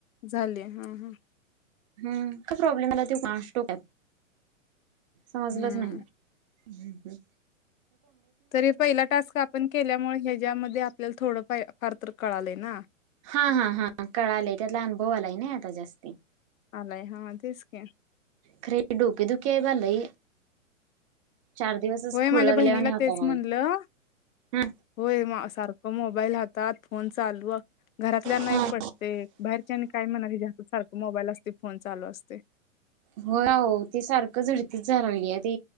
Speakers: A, on the left; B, on the right.
A: झाले हा हा
B: हम्म काय प्रॉब्लेम आला ते कोणास ठाऊक समजलंच
A: हम्म
B: नाही. हं हं
A: तरी पहिला टास्क आपण केल्यामुळे ह्याच्यामध्ये आपल्याला थोडं फार तर कळालय ना
B: हा हा हा कळालायं त्यातला अनुभव आलाय नाही आता जास्त
A: आलाय हा तेच की
B: खरे डोकेदुखी आहे बा लई चार दिवसच
A: होय
B: खुळ
A: माझ्या
B: लागल्यावाणी
A: बहिणीला
B: वाटायला
A: तेच म्हटलं
B: लागलय
A: होय सार म मोबाईल हात तात फोन चालू घरातल्याना
B: हा
A: एक पटते बाहेर काय म्हणणार हिच्या हातात सारखं मोबाईल असते फोन चालू असते
B: होयं अव्ह ते सारखं झडतीच झाली ते